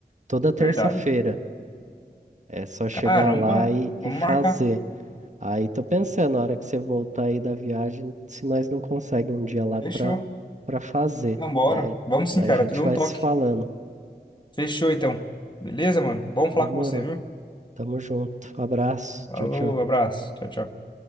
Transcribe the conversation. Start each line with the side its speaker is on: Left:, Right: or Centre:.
Right: toda terça-feira.
Left: Verdade.
Right: É só chegar
Left: Caramba.
Right: lá e,
Left: Vamos
Right: e fazer.
Left: marcar.
Right: Aí tô pensando, na hora que você voltar aí da viagem, se nós não conseguimos um dia lá
Left: Fechou.
Right: para para fazer.
Left: Vambora.
Right: Daí,
Left: Vamos sim,
Right: daí
Left: cara.
Right: a gente
Left: Tu deu
Right: vai
Left: um toque.
Right: se falando.
Left: Fechou, então. Beleza, mano? Vamos
Right: Demorou.
Left: falar com você, viu?
Right: Tamo junto. Abraço.
Left: Falou,
Right: Tchau, tchau.
Left: abraço. Tchau, tchau.